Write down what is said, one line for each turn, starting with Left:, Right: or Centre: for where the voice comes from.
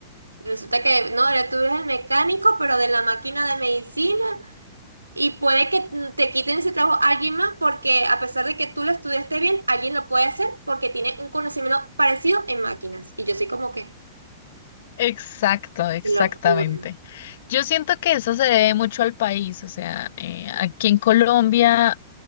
Right: Resulta que no, eres- tú eres el mecánico, pero de la máquina de medicina y puede que mm, te quiten ese trabajo a alguien más porque a pesar de que tú lo estudiaste bien, alguien lo puede hacer porque tiene un conocimiento parecido en máquinas. Y yo soy como que,
Left: Exacto, exactamente.
Right: Qué locura.
Left: Yo siento que eso se debe mucho al país, o sea, eh, aquí en Colombia